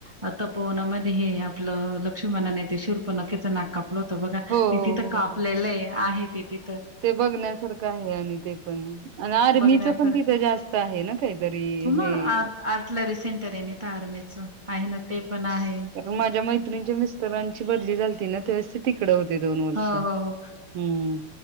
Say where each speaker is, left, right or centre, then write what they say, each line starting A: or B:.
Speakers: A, on the right; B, on the right.
A: अ तपवनामध्ये हे आपलं लक्ष्मणाने ते शिर्प नकेच नाक कापल होत बघा
B: हो
A: तिथि
B: हो
A: तर
B: हो.
A: कापलेलंय आहे तिथि तर
B: ते बघण्यासारखं आहे आणि ते पण आणि आर्मीचं
A: बघण्यासारखं.
B: पण तिथे जास्त आहे ना काहीतरी
A: हो मग
B: हे
A: आर्ट आर्टलरि सेंटर आहेन तर आर्मेचं आहे ना ते पण आहे
B: ग माझ्या मैत्रिंच्या मिस्तरांची बदली झालती ना तेवेळेस ते तिकडे होते दोन वर्ष
A: हो,
B: हम्म
A: हो, हो.